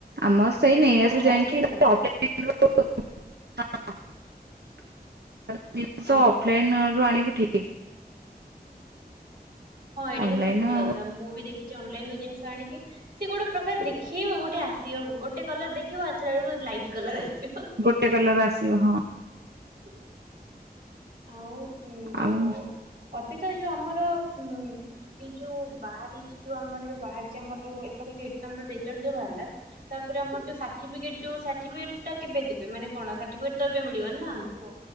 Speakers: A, on the right (about 90°); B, on the right (about 65°).
A: ଆମର ସେଇ
B: ମୁଁ କହିଲି
A: ନାଇଁ
B: କଣ
A: ଏବୁ
B: ହରିପୁରରୁ
A: ଯାଇକି <inaudible>
B: ଆଣିବା?
A: ଜିନିଷ
B: ହଁ
A: ଅଫଲାଇନ ରୁ ଆଣିବୁ ଠିକ
B: ହଁ ଏଇଟା
A: ଅନଲାଇନ
B: କି ସତ କଥା
A: ହୁଁ
B: ମୁଁ ବି ଦେଖିଛି ଅନଲାଇନ ରୁ ଜିନିଷ ଆଣିକି ସେ ଗୋଟେ ପ୍ରକାର ଦେଖେଇବ ଗୋଟେ ଆସିବବ ଗୋଟେ କଲର ଦେଖିବ ଆସିଲ ବଳକୁ ଲାଇଟ କଲର ଆସିବ
A: ଗୋଟେ କଲର ହଁ
B: ହ <inaudible> ଆଉ ଯୋଉ
A: ଆଉ
B: ଅର୍ପିତା ଯୋଉ ଆମର ଉ ଏଇ ଯୋଉ ବାହାରିଛି ଯୋଉ ଆମର ଯୋଉ ବାହାରିଛି ଆମର ଯୋଉ ଏଥର ଯଉାମ ରେଲ୍ଟ ଯୋଉ ବାହାରିଲା ତାପରେ ଆମର ଯୋଉ ସାର୍ଟିଫଟ ଯୋ ସାର୍ଟିଫିକେଟ ଟା କେବେ ଦେବେ ମାନେ କଣ ସାର୍ଟିଟ ତ ଏବେ ମିଳିବନ ନା ଆମକୁ